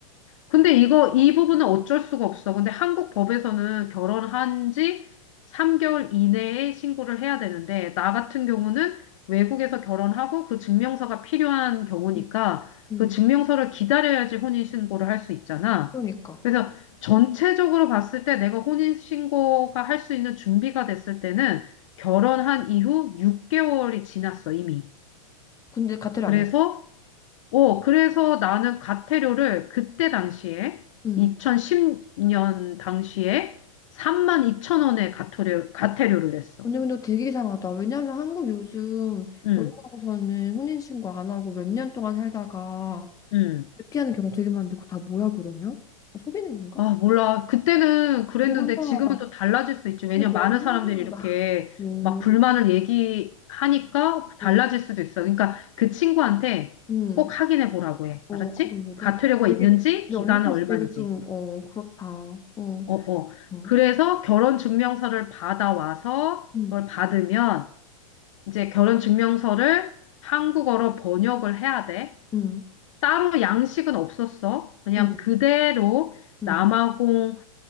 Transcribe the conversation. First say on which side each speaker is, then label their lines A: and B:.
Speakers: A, on the left; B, on the left.
A: 근데 이거, 이 부분은 어쩔 수가 없어. 근데 한국 법에서는 결혼한 지 3개월 이내에 신고를 해야 되는데, 나 같은 경우는 외국에서 결혼하고 그 증명서가 필요한 경우니까
B: 음, 음.
A: 그 증명서를 기다려야지 혼인신고를 할 수 있잖아.
B: 그러니까.
A: 그래서 전체적으로 봤을 때 내가 혼인신고가 할 수 있는 준비가 됐을 때는 결혼한 이후 6개월이 지났어, 이미.
B: 근데 과태료
A: 그래서
B: 안 냈어.
A: 어, 그래서 나는 과태료를 그때 당시에,
B: 음.
A: 2010년 당시에 3 2천원의 과태료, 과태료를 냈어.
B: 언니 근데 되게 이상하다. 왜냐하면 한국 요즘
A: 응,
B: 결혼하고서는 혼인신고 안 하고 몇 년 동안 살다가
A: 응.
B: 늦게 하는 경우 되게 많은데 그거 다 뭐야 그러면? 속이는 건가?
A: 아, 몰라. 그때는 그랬는데
B: 되게 황당하다.
A: 지금은 또 달라질 수 있지. 왜냐면
B: 근데
A: 많은
B: 너무
A: 사람들이
B: 소중하다.
A: 이렇게
B: 음,
A: 막 불만을 얘기하니까 달라질
B: 음,
A: 수도 있어. 그러니까 그 친구한테
B: 음.
A: 꼭 확인해 보라고 해.
B: 어,
A: 알았지?
B: 그건 얘기할게.
A: 과태료가
B: 되게,
A: 있는지,
B: 근데
A: 기간은
B: 언니께서
A: 얼만지.
B: 되게 좀, 어, 그렇다. 어,
A: 어, 어.
B: 음,
A: 그래서 결혼 증명서를 받아와서
B: 음,
A: 그걸 받으면 이제 결혼 증명서를 한국어로 번역을 해야 돼.
B: 음,
A: 따로 양식은 없었어. 그냥
B: 음,
A: 그대로
B: 음.
A: 남아공